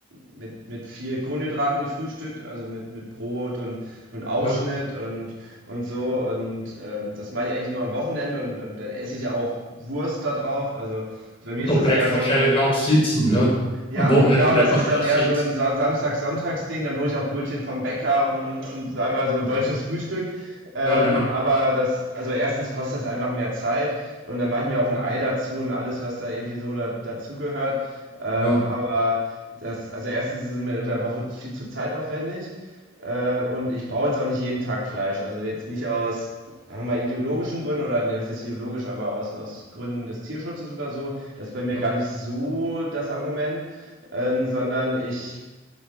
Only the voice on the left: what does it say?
ja.
Und
da
bleibst
du
wahrscheinlich
lang sitzen, oder?
Am Wochenende
bleibt
man
dann
auch
sitzen.
Ja, genau.
Ja,
ja.